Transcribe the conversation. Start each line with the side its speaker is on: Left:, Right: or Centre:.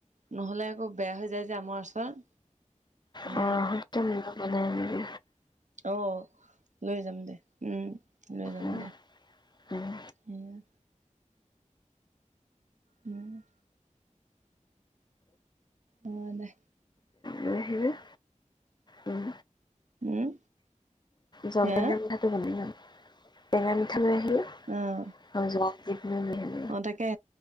Right: নহ'লে আকৌ বেয়া হৈ যায় যে আমৰ আচাৰ।
Left: অহ।
Right: এ
Left: খাব নোৱাৰি।
Right: অহ, লৈ যাম দে, উম লৈ যাম
Left: উম,
Right: দে।
Left: উম,
Right: উম। উম। অহ, দে।
Left: উম', হম'। উম।
Right: উম।
Left: জলটেঙা
Right: হে
Left: মিঠাটো বনাই লাম, টেঙা মিঠা লৈ আহিলে।
Right: অহ।
Left: <unintelligible>
Right: অহ, তাকে